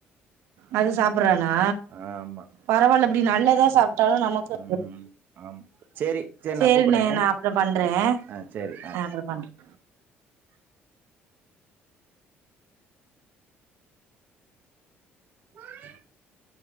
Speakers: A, on the right; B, on the right.
A: அது சாப் சாப்புறானா
B: ஆமா
A: பரவாலப் அப்படி நல்லதா சாப்பட்டாலு நமக்கு
B: ம் ஆமா சேரி சேரி
A: சேரிண்ணே
B: நா கூப்புட்றே
A: நா அப்றோ பண்றே
B: ஆ ஆ சேரி ஆ
A: நா அப்றோ பண்றே
B: <inaudible>